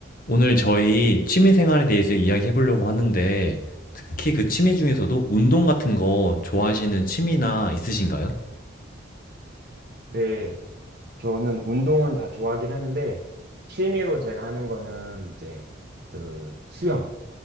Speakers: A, on the left; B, on the right.
A: 오늘 저희 취미 생활에 대해서 이야기해 보려고 하는데, 특히 그 취미 중에서도 운동 같은 거 좋아하시는 취미나 있으신가요?
B: 네, 저는 운동은 다 좋아하긴 하는데, 취미로 제가 하는 거는 이제 그 수영,